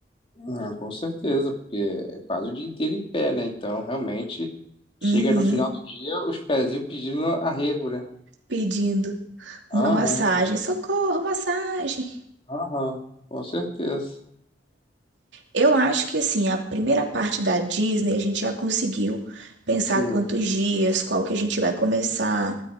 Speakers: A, on the left (about 30°); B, on the right (about 85°).
A: Ah, com certeza, porque é quase o dia inteiro em pé, né? Então, realmente, chega
B: Uhum,
A: no final do dia, os pezinhos pedindo arrego, né?
B: pedindo
A: Aham,
B: uma massagem. Socorro, massagem.
A: aham, com certeza.
B: Eu acho que assim, a primeira parte da Disney a gente já conseguiu pensar
A: Sim.
B: quantos dias, qual que a gente vai começar,